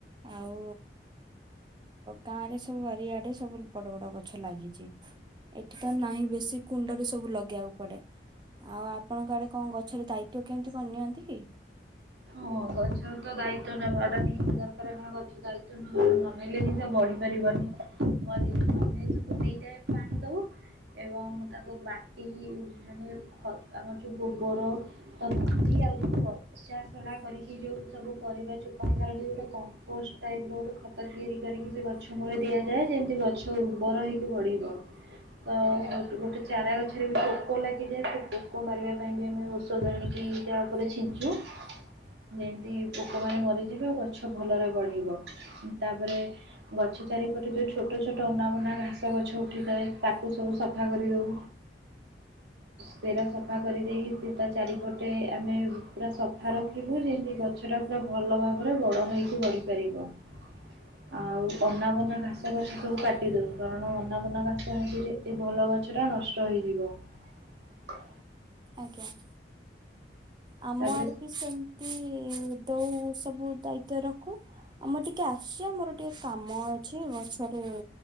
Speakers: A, on the right; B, on the right.
A: ଆଉ ଗାଁ ରେ ସବୁ ବାରିଆଡେ ସବୁ ବଡ ବଡ ଗଛ ଲାଗିଛି ଏଠି ତ ନାହିଁ ବେଶୀ କୁଣ୍ଡରେ ସବୁ ଲଗେଇବାକୁ ପଡେ ଆଉ ଆପଣଙ୍କ ଆଡେ କଣ ଗଛର ଦାୟିତ୍ଵ କେମିତି କରିନିଅନ୍ତି କି?
B: ହଁ ଗଛ ତ ଦାୟିତ୍ଵ ନେବାଟା ନିତି ଦରକାର ନା ଗଛ ଦାୟିତ୍ଵ ନ ନେଲେ ହିଁ ତ ବଢି ପାରିବନି ମ ଆମେ ସୁ ଦ ଟାଇ ପାଣି ଦବୁ ଏବଂ ତାକୁ ବାଟି ମାନେ ଆମର ଯୋଉ ଗୋବର ତ ଆଉ ଯୋଉା ସୋ <inaudible> କରିକି ଯୋଉ ସବୁ ପରିବା ଚୋପାଣି କାର ଗୋଟେ କମ୍ପୋଷ୍ଟ ଟାଇପ ର ଗୋଟେ ଖତ ତିଆରି କରିକି ସେ ଗଛ ମୂଳେ ଦିଆଯାଏ ଯେମିତି ଗଛ ଉର୍ବର ହେଇକି ବଢିବ ତ ଗୋଟେ ଚାରା ଗଛରେ ବି ପୋକ ଲାଗିଯାଏ ସେ ପୋକ ମାରିବା ପାଇଁ ବି ଆମେ ଔଷଧ ଆଣିକି ତା ଉପରେ ଛିଞ୍ଚୁ ଯେମତି ପୋକମାନେ ମରିଯିବେ ଗଛ ଭଲରେ ବଢିବ ତାପରେ ଗଛ ଚାରିପଟେ ଯୋଉ ଛୋଟ ଛୋଟ ଅନାବନା ଘାସ ଗଛ ଉଠିଥାଏ ତାକୁ ସବୁ ସଫା କରିଦବୁ ସେରା ସଫା କରିଦେଇକି ସେ ତା ଚାରିପଟେ ଆମେ ପୁରା ସଫା ରଖିବୁ ଏମିତି ଗଛ ଟା ପୁରା ଭଲ ଭାବରେ ବଡ ହେଇକି ବଢିପାରିବ । ଆଉ ଅନାବନା ଘାସ ଗଛ ସବୁ କାଟି ଦଉ କାରଣ ଅନାବନା ଘାସ ହଜିରେ ଏ ଭଲ ଗଛ ଟା ନଷ୍ଟ ହେଇଯିବ ।
A: ଆଜ୍ଞା । ଆମ
B: ତାପରେ
A: ଆଡ ବି ସେମତି ତ ସବୁ ଦାୟିତ୍ଵ ରଖୁ ଆମର ଟିକେ ଆସଛି ଆମର ଟିକେ କାମ ଅଛି ଗଛରେ